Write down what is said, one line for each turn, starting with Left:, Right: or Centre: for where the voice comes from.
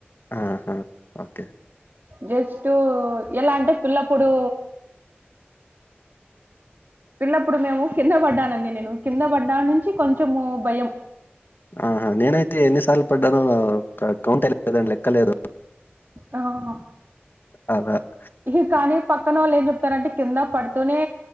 Left: అహ ఓకే
Right: జస్ట్ ఎలా అంటే పిల్లప్పుడు పిల్లప్పుడు మేము కింద పడ్డానండి నేను కింద పడ్డా నుంచి కొంచెము భయం
Left: ఆహా నేనైతే ఎన్నిసార్లు పడ్డానో క కౌంట్ <inaudible> లెక్కలేదు
Right: అవును
Left: అదట్
Right: ఇహి కానీ పక్కనొళ్ళు ఏం చెప్తారంటే కింద పడుతూనే